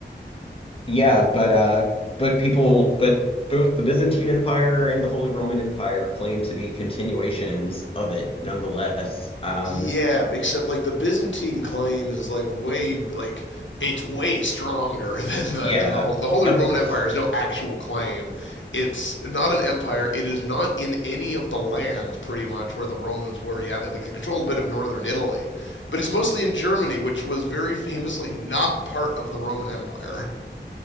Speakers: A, on the left; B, on the left.
A: Yeah, but uh but people but both the Byzantine Empire and the Holy Roman Empire claim to be continuations of it nonetheless. Um
B: Yeah, except like the Byzantine claim is like way like it's way stronger <laughs> than the
A: yeah,
B: than the whole the Holy
A: of
B: Roman
A: course.
B: Empire is no actual claim. It's not an empire. It is not in any of the lands pretty much where the Romans were. Yeah, they, like they controlled a bit of northern Italy, but it's mostly in Germany, which was very famously not part of the Roman Empire.